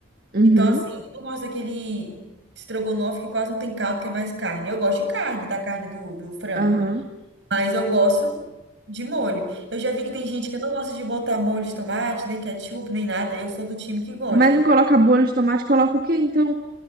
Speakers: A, on the right (about 45°); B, on the right (about 65°).
A: Uhum,
B: Então, assim, eu não gosto daquele estrogonofe que quase não tem caldo, que é mais carne. Eu gosto de carne, da carne do, do frango.
A: aham.
B: Mas eu gosto de molho. Eu já vi que tem gente que não gosta de botar molho de tomate, nem ketchup, nem nada. Eu sou do time que gosta.
A: Mas não coloca bolho de tomate, coloca o quê, então?